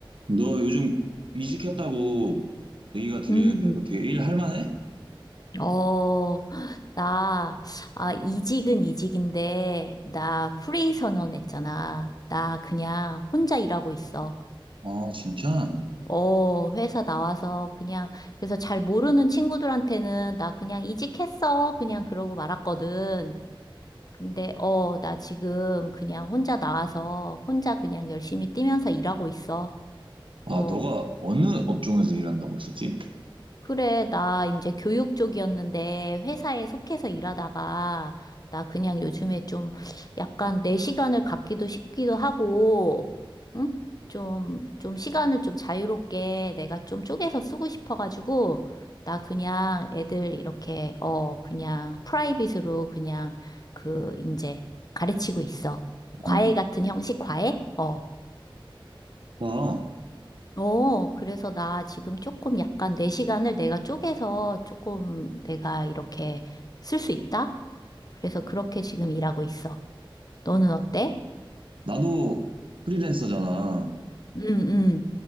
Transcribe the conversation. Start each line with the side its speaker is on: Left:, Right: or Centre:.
Right: 너 요즘 이직했다고 얘기가
Left: 음,
Right: 해?
Left: 어, 나, 아, 이직은 이직인데, 나 프리 선언했잖아. 나 그냥 혼자 일하고 있어.
Right: 아, 진짜?
Left: 어, 회사 나와서 그냥, 그래서 잘 모르는 친구들한테는 나 그냥 이직했어. 그냥 그러고 말았거든. 근데, 어, 나 지금 그냥 혼자 나와서 혼자 그냥 열심히 뛰면서 일하고 있어.
Right: 아,
Left: 어.
Right: 너가 어느 업종에서 일한다고 했었지?
Left: 그래, 나 이제 교육 쪽이었는데 회사에 속해서 일하다가 나 그냥 요즘에 좀 약간 내 시간을 갖기도 싶기도 하고, 응? 좀, 좀 시간을 좀 자유롭게 내가 좀 쪼개서 쓰고 싶어가지고 나 그냥 애들 이렇게, 어, 그냥 프라이빗으로 그냥 그 이제 가르치고 있어. 과외
Right: 어,
Left: 같은 형식 과외? 어.
Right: 나,
Left: 어, 그래서 나 지금 조금 약간 내 시간을 내가 쪼개서 조금 내가 이렇게 쓸 수 있다? 그래서 그렇게 지금 일하고 있어. 너는 어때?
Right: 나도 프리랜서잖아.
Left: 응, 응,